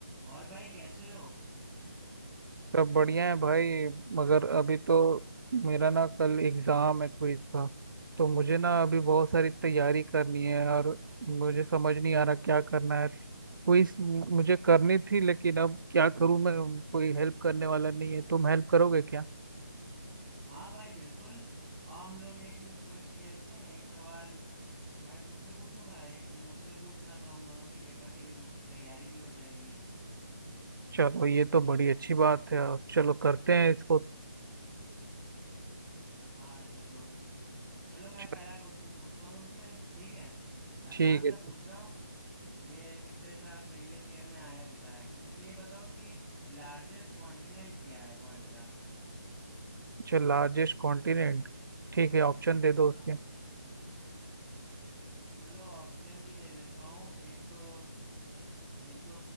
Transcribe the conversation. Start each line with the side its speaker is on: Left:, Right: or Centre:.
Centre: और भाई कैसे हो
Right: सब बढ़िया है भाई मगर अभी तो मेरा ना कल एग्जाम है क्विज का तो मुझे ना अभी बहुत सारी तैयारी करनी है और मुझे समझ नहीं आ रहा क्या करना है क्विज मुझे करनी थी लेकिन अब क्या करूं मैं कोई हेल्प करने वाला नहीं है तुम हेल्प करोगे क्या
Centre: हाँ भाई बिल्कुल आओ हम लोग एक क्विज खेलते हैं एक सवाल मैं तुमसे पूछूंगा एक तुम मुझसे पूछना तो हम दोनों की पेपर की तैयारी भी हो जाएगी
Right: चलो ये तो बड़ी अच्छी बात है और चलो करते हैं इसको
Centre: हाँ चलो चलो मैं
Right: च-
Centre: पहला क्वेश्चन पूछता हूँ तुमसे ठीक है आसान
Right: ठीक
Centre: सा
Right: है
Centre: पूछ रहा हूँ ये पिछले साल प्रीवियस ईयर में आया भी था अच्छा ये बताओ कि लार्जेस्ट कॉन्टिनेंट क्या है वर्ल्ड का
Right: चल लार्जेस्ट कॉन्टिनेंट ठीक है ऑप्शन दे दो उसके
Centre: हाँ चलो ऑप्शन भी दे देता हूँ एक तो एक तो